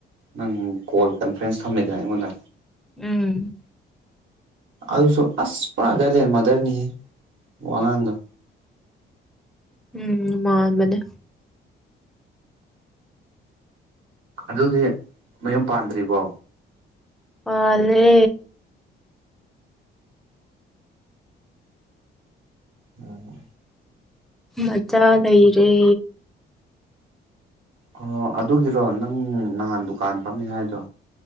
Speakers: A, on the right; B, in the centre.
A: ꯅꯪ ꯀꯣꯜ ꯀꯟꯐ꯭ꯔꯦꯟꯁ ꯊꯝꯃꯦꯗꯅ ꯑꯩꯉꯣꯟꯗ
B: ꯎꯝ
A: ꯑꯗꯨꯁꯨ ꯑꯁ ꯄꯥꯈꯂꯦ ꯃꯗꯔꯅꯤꯍꯦ ꯋꯥꯉꯥꯡꯗ
B: ꯎꯝ ꯃꯥ ꯃꯅꯦ
A: ꯑꯗꯨꯗꯤ ꯃꯌꯨꯝ ꯄꯥꯟꯗ꯭ꯔꯤꯕꯣ
B: ꯄꯥꯂꯦ
A: ꯎꯝ
B: ꯃꯖꯥ ꯂꯩ ꯂꯩꯔꯦ
A: ꯑꯣ ꯑꯗꯨꯒꯤꯔꯣ ꯅꯪ ꯅꯍꯥꯟ ꯗꯨꯀꯥꯟ ꯐꯝꯃꯤ ꯍꯥꯏꯗꯣ